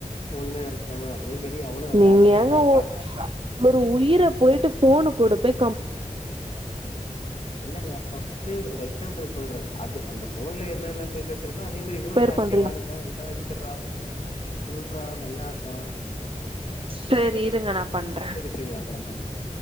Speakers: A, on the left (about 55°); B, on the right (about 45°).
A: பொண்ணே அடுத்த கேமரா அதே மாரி அவளு நல்லா
B: நீங்க
A: ஆக்டிவா
B: ஏங்க
A: தா இருக்கா
B: ஒ ஒரு உயிர போய்ட்டு ஃபோனு கூட போய் கம்ப்
A: இல்லங்க நா வந்து ஒரு எக்ஸாம்பிள் சொல்றே அது அந்த ஃபோன்ல என்னென்ன ஃபீச்சர்ஸ் இருக் இதோ அதே மாரி இவளு
B: கம்பேர்
A: வந்து ஆக்டிவா
B: பண்றீங்க
A: இருக்க நல்லா எக்குற்றா துள்றா வெள்ளாட்றா
B: சரி இருங்க நா பண்றே
A: சேரி சேரி அப்றோ பண்லா